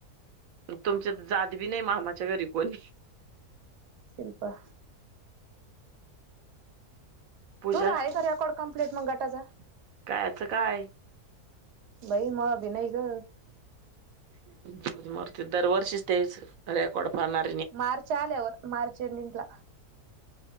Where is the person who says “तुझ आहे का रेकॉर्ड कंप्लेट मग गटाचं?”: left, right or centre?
Right